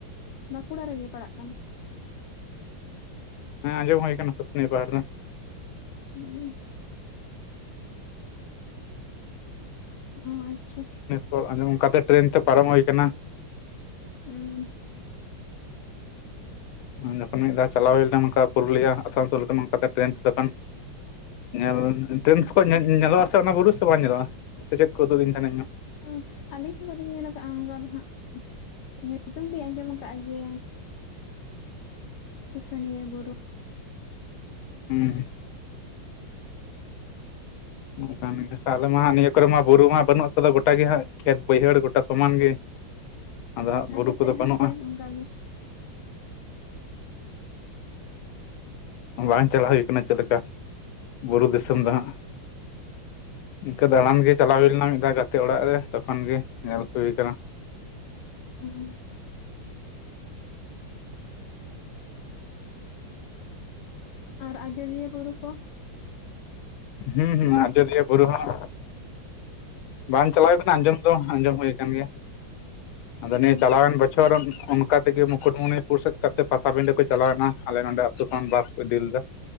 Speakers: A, on the left; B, on the left.
A: ᱵᱟᱸᱠᱩᱲᱟ ᱨᱮᱜᱮ ᱯᱟᱲᱟᱜ ᱠᱟᱱᱟ᱾
B: ᱦᱮᱸ ᱟᱸᱡᱚᱢ ᱦᱩᱭ ᱟᱠᱟᱱᱟ ᱥᱩᱥᱩᱱᱤᱭᱟᱹ ᱯᱟᱦᱟᱲ ᱫᱚ᱾
A: ᱦᱮᱸ <inaudible> ᱚ ᱟᱪᱪᱷᱟ᱾
B: ᱚᱨ ᱟᱸᱡᱚᱢ ᱚᱱᱠᱟᱛᱮ ᱴᱨᱮᱱ ᱛᱮ ᱯᱟᱨᱚᱢ ᱦᱩᱭ ᱟᱠᱟᱱᱟ᱾
A: ᱦᱩᱸ
B: ᱡᱚᱠᱷᱚᱱ ᱢᱤᱫ ᱫᱷᱟᱣ ᱪᱟᱞᱟᱣ ᱦᱩᱭ ᱞᱮᱱᱟ ᱚᱱᱠᱟ ᱯᱩᱨᱩᱞᱤᱭᱟᱹ ᱟᱥᱟᱱᱥᱳᱞ ᱚᱱᱠᱟ ᱴᱨᱮᱹᱱ ᱛᱮ ᱛᱚᱠᱷᱚᱱ᱾ ᱧᱮᱞ ᱴᱨᱮᱹᱱ ᱠᱷᱚᱭ ᱧᱮᱞ ᱧᱮᱞᱚᱜᱼᱟ ᱥᱮ ᱚᱱᱟ ᱵᱩᱨᱩ ᱥᱮ ᱵᱟᱝ ᱧᱮᱞᱚᱜᱼᱟ᱾ ᱥᱮ ᱪᱮᱫ ᱠᱚ ᱩᱫᱩᱜ ᱟᱹᱧ ᱛᱟᱦᱮᱱᱟ ᱤᱧᱦᱚᱸ
A: ᱚ ᱟᱹᱞᱤᱧ ᱜᱮ ᱵᱟᱹᱞᱤᱧ ᱧᱮᱞ ᱠᱟᱜᱼᱟ ᱚᱱᱠᱟ ᱫᱚ ᱦᱟᱸᱜᱼᱼ ᱧᱩᱛᱩᱢ ᱜᱤᱧ ᱟᱸᱡᱚᱢ ᱟᱠᱟᱫᱼᱟ ᱡᱮ, ᱥᱩᱥᱩᱱᱤᱭᱟᱹ ᱵᱩᱨᱩ᱾
B: ᱦᱩᱸ ᱚᱱᱠᱟᱱ ᱜᱮ ᱛᱟᱦᱞᱮ ᱢᱟ ᱱᱤᱭᱟᱹ ᱠᱚᱨᱮ ᱢᱟ ᱵᱩᱨᱩ ᱢᱟ ᱵᱟᱹᱱᱩᱜ ᱛᱮᱫᱚ ᱜᱚᱴᱟ ᱜᱮ ᱦᱟᱸᱜ ᱠᱷᱮᱛ ᱵᱟᱹᱭᱦᱟᱹᱲ ᱜᱚᱴᱟ ᱥᱚᱢᱟᱱ ᱜᱮ᱾ ᱟᱫᱚ ᱦᱟᱜ ᱵᱩᱨᱩ
A: ᱟᱞᱮ
B: ᱠᱚᱫᱚ
A: ᱥᱮᱫ
B: ᱵᱟᱹᱱᱩᱜᱼᱟ᱾
A: ᱦᱚᱸ ᱥᱮᱢ ᱚᱱᱠᱟ ᱜᱮ᱾
B: ᱦᱮᱸ ᱵᱟᱝ ᱪᱟᱞᱟᱜ ᱦᱩᱭ ᱠᱟᱱᱟ ᱪᱮᱫ ᱞᱮᱠᱟ? ᱵᱩᱨᱩ ᱫᱤᱥᱚᱢ ᱫᱚ ᱦᱟᱸᱜ᱾ ᱤᱱᱠᱟᱹ ᱫᱟᱬᱟᱱ ᱜᱮ ᱪᱟᱞᱟᱣ ᱦᱩᱭ ᱞᱮᱱᱟ, ᱢᱤᱫ ᱫᱷᱟᱣ ᱜᱟᱛᱮ ᱚᱲᱟᱜ ᱨᱮ ᱛᱚᱠᱷᱚᱱ ᱜᱮ ᱧᱮᱞ ᱦᱩᱭ ᱠᱟᱱᱟ᱾
A: ᱩᱸ ᱟᱨ ᱟᱡᱚᱫᱤᱭᱟᱹ ᱵᱩᱨᱩ ᱠᱚ᱾
B: ᱦᱩᱸ ᱦᱩᱸ ᱟᱡᱚᱫᱤᱭᱟᱹ ᱵᱩᱨᱩ ᱦᱚᱸ ᱵᱟᱝ ᱪᱟᱞᱟᱣᱼᱼ ᱟᱸᱡᱚᱢ ᱫᱚ ᱟᱸᱡᱚᱢ ᱦᱳᱭ ᱠᱟᱱ ᱜᱮᱭᱟ᱾
A: ᱦᱩᱸ
B: ᱟᱫᱚ ᱱᱤᱭᱟᱹ ᱪᱟᱞᱟᱣᱮᱱ ᱵᱚᱪᱷᱚᱨ ᱚᱱᱠᱟ ᱛᱮᱜᱮ ᱢᱩᱠᱩᱴᱢᱩᱱᱤᱯᱩᱨ ᱥᱮᱫ ᱠᱟᱛᱮ, ᱯᱟᱴᱟ ᱵᱤᱸᱰᱟᱹ ᱠᱚ ᱪᱟᱞᱟᱣ ᱮᱱᱟ ᱟᱞᱮ ᱱᱚᱰᱮ ᱟᱹᱛᱩ ᱠᱷᱚᱱ ᱵᱟᱥ ᱠᱚ ᱤᱫᱤ ᱞᱮᱫᱟ